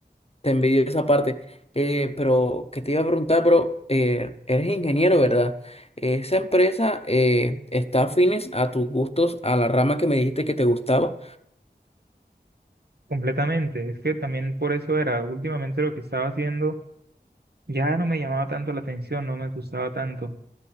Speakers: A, on the left; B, on the right.
A: Te envidio esa parte. Eh, pero que te iba a preguntar, bro, eh, eres ingeniero, ¿verdad? ¿Esa empresa eh, está afines a tus gustos, a la rama que me dijiste que te gustaba?
B: Completamente, es que también por eso era, últimamente lo que estaba haciendo ya no me llamaba tanto la atención, no me gustaba tanto.